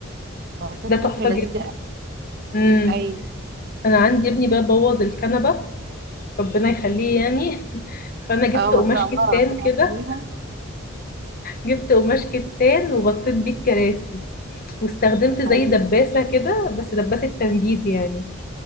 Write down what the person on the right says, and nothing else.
فكانت
فكرة لذيذة
أوي.
أيوة
اه ما
شاء
الله ربنا
يحميهم
أيوة